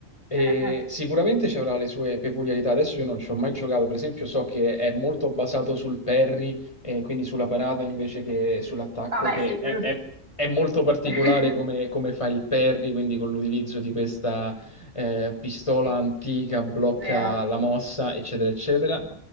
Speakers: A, on the left; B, on the right.
A: eh,
B: Eh, eh.
A: sicuramente ci avrà le sue peculiarità. Adesso io non ci ho mai giocato, per esempio, so che è molto basato sul parry, eh, quindi sulla parata invece che sull'attacco,
B: Vabbè,
A: che
B: sì,
A: è,
B: quello
A: è-
B: sì.
A: è molto particolare
B: <laughs>
A: come, come fa il parry, quindi con l'utilizzo di questa eh, pistola
B: Sì,
A: antica, blocca
B: vero.
A: la mossa, eccetera, eccetera.